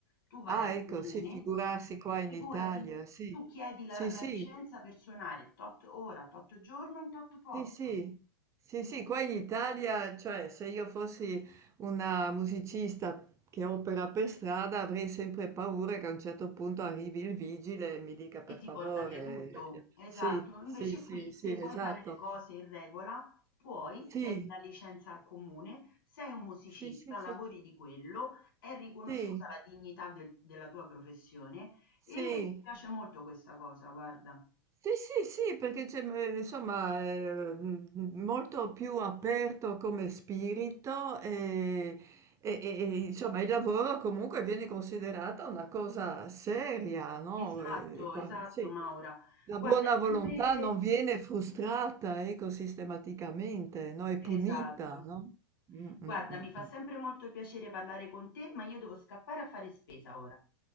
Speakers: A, on the left; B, on the right.
A: Tu vai
B: Ah,
A: al
B: ecco,
A: comune,
B: sì, figurarsi qua
A: figurati,
B: in Italia, sì.
A: tu chiedi la,
B: Sì,
A: la
B: sì,
A: licenza per suonare tot ora, tot giorno in tot posto
B: Sì, sì, sì, sì, qua in Italia, cioè se io fossi una musicista che opera per strada avrei sempre paura che a un certo punto arrivi il vigile e mi dica per
A: e ti
B: favore.
A: porta via tutto. Esatto.
B: Sì,
A: Invece
B: sì, sì,
A: qui,
B: sì,
A: se vuoi
B: esatto.
A: fare le cose in regola, puoi,
B: Sì,
A: chiedi la licenza al comune, sei un musicista,
B: sì, sì, sì,
A: lavori di quello, è riconosciuta
B: sì,
A: la dignità del- della tua professione
B: sì.
A: e mi piace molto questa cosa, guarda.
B: Sì, sì, sì, perché c'è, mhmm, insomma, ehm, m m- molto più aperto come spirito, ehm, e e e insomma il lavoro comunque viene considerata una cosa seria, no,
A: Esatto,
B: ehm, qua
A: esatto,
B: sì,
A: Maura.
B: la
A: Guarda,
B: buona
A: è
B: volontà
A: sempre...
B: non viene frustrata, ecco, sistematicamente, no, è punita,
A: Esatto.
B: no? Mh,
A: Guarda,
B: mh, mh,
A: mi fa
B: mh.
A: sempre molto piacere parlare con te, ma io devo scappare a fare spesa ora.